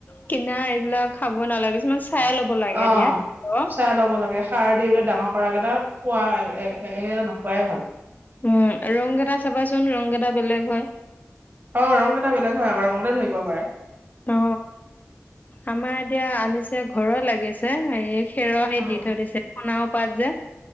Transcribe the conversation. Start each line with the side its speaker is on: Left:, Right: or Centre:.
Left: কিনা এইবিলাক খাব নালাগে কিছুমান চাই ল'ব লাগে
Right: অ
Left: দিয়া, অ'।
Right: চাই ল'ব লাগে সাৰ দি বোলে ডাঙৰ কৰাকেইটা খোৱা সেইকেইটা নোখোৱাই ভাল।
Left: উম, ৰং এেইটা চাবাচোন ৰং এেইটা বেলেগ হয়।
Right: অ, ৰং এটা বেলেগ হয় আকৌ ৰঙতে ধৰিব পাৰে।
Left: অ, আমাৰ এতিয়া আনিছে, ঘৰৰ লাগিছে এই খেৰহি
Right: উম
Left: দি থৈ দিছে সোণা পাত যে